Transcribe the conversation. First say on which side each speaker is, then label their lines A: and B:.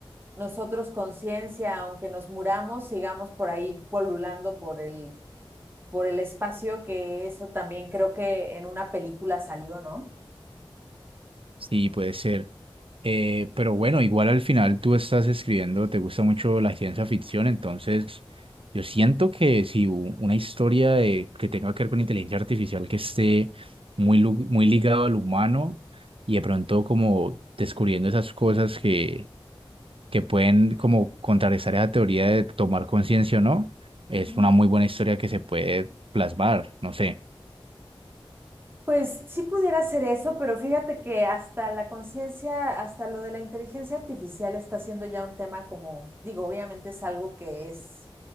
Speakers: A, on the right (about 20°); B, on the right (about 70°).
A: nosotros conciencia, aunque nos muramos, sigamos por ahí polulando por el, por el espacio, que eso también creo que en una película salió, ¿no?
B: Sí, puede ser. Eh, pero bueno, igual al final tú estás escribiendo, te gusta mucho la ciencia ficción, entonces yo siento que si u- una historia de- que tenga que ver con inteligencia artificial que esté muy, lu- muy ligado al humano y de pronto como descubriendo esas cosas que, que pueden como contrarrestar esa teoría de tomar conciencia o no,
A: Ujú.
B: es una muy buena historia que se puede plasmar, no sé.
A: Pues sí pudiera ser eso, pero fíjate que hasta la conciencia, hasta lo de la inteligencia artificial está siendo ya un tema como, digo, obviamente es algo que es